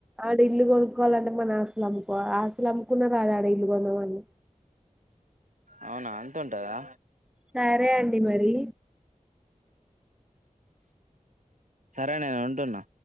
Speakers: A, in the centre; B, on the right (about 70°).
A: ఆడ ఇల్లు కొనుక్కోవాలంటే మన ఆస్తులు అమ్ముకోవి ఆస్తులు అమ్ముకున్న రాదడ ఇల్లు కొందమని
B: అవునా అంత ఉంటదా
A: సరే అండి మరి
B: సరే నేను ఉంటున్నా